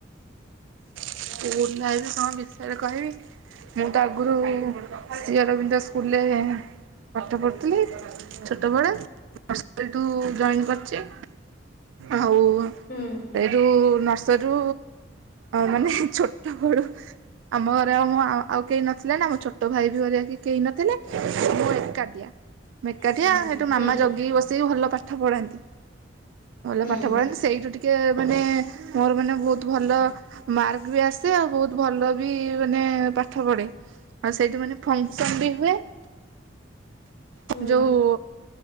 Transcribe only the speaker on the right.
ସ୍କୁଲାଇଣ ବିଷୟରେ କହିବି ମୁଁ ତ ଆଗରୁ ସରବିନ୍ଦ ସ୍କୁଲରେ ପାଠ ପଢ଼ୁଥିଲି ଛୋଟବେଳେୁ ଜ କରିଛି ଆଉ।
ଯେଉଁ ନର୍ସରରୁ ମାନେ ଛୋଟା ବଡ଼ ଆମ ଘରେ ଆଉ ମୋ ଆଉ କେହି ନଥିଲେ ନା ମୋ ଛୋଟ ଭାଇ ବି ବଆ କି କେହି ନଥିଲେ କାଦିଆ। ମେକାଠିଆ
ସେଠୁ ମାମା
ଜଗିକି ବସିକି ଭଲ ପାଠ ପଢାନ୍ତି। ଭଲ
ପାଠ ପଢ଼ନ୍ତି ସେଇଠୁ ଟିକେ ମାନେ ମୋର ମାନେ ବହୁତ ଭଲ ମାର୍କ ବି ଆସେ ଆଉ ବହୁତ ଭଲ ବି ମାନେ ପାଠ ପଢେ ଆଉ ସେଇଠି ମାନେ ଫଙ୍କସନ୍ ବି ହୁଏ।
ଯୋଉ